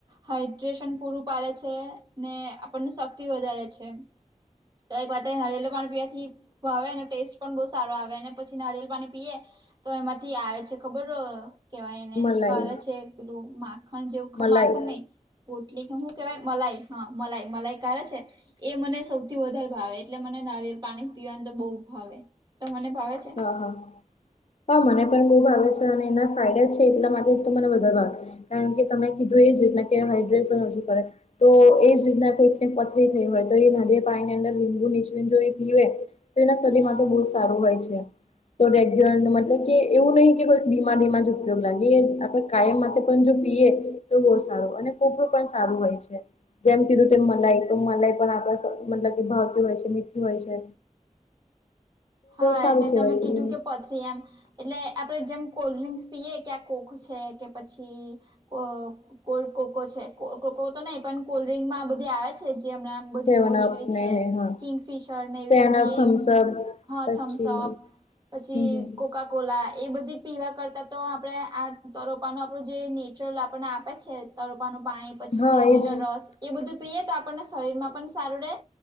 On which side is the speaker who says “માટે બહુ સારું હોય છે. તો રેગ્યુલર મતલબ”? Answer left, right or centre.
Left